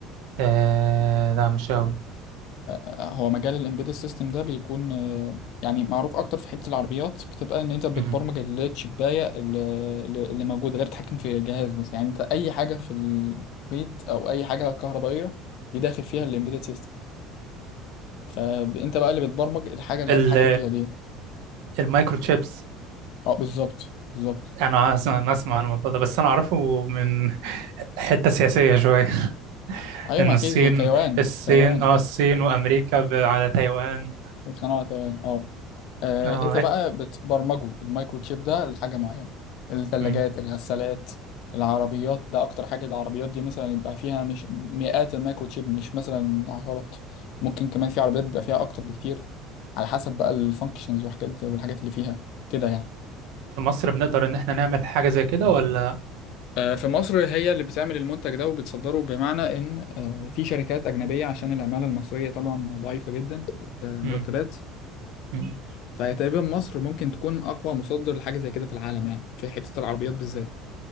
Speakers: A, on the right; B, on the left.
A: آه لا مش قوي
B: هو مجال الامبيدد سيستم ده بيكون آه، يعني معروف اكتر في حته العربيات بتبقى ان انت بتبرمج
A: مم.
B: الشبايه اللي اللي موجوده اللي بتتحكم في جهاز مثلا يعني انت اي حاجه في البيت او اي حاجه كهربائيه دي داخل
A: مم.
B: فيها الامبيدد سيستم فانت بقى اللي بتبرمج الحاجه اللي
A: ال
B: هي بتتحكم فيها دي
A: المايكرو تشيبس
B: اه بالظبط بالظبط
A: انا اسمع أنا اسمع عن الموضوع ده بس انا اعرفه من حته سياسيه شويه <laughs>
B: ايوه
A: ان
B: ما اكيد
A: الصين
B: تايوان
A: الصين
B: تايوان
A: اه الصين وامريكا ب- على تايوان
B: بيتخانقوا على تايوان اه آه،
A: اه
B: انت بقى بتبرمجه المايكرو تشيب ده لحاجه معينه الثلاجات
A: مم.
B: الغسالات العربيات ده اكتر حاجه العربيات دي مثلا يبقى فيها مش مئات المايكرو تشيب مش مثلا عشرات ممكن كمان في عربيات بيبقى فيها اكتر بكتير على حسب بقى الفانكشنز وحاجات والحاجات اللي فيها كده يعني
A: في مصر بنقدر ان احنا نعمل حاجه زي كده ولا
B: آه، في مصر هي اللي بتعمل المنتج ده وبتصدره بمعنى ان آه، في شركات اجنبيه عشان العماله المصريه طبعا ضعيفه جدا المرتبات
A: مم. مم.
B: فهي تقريبا مصر ممكن تكون اقوى مصدر لحاجه زي كده في العالم يعني في حته العربيات بالذات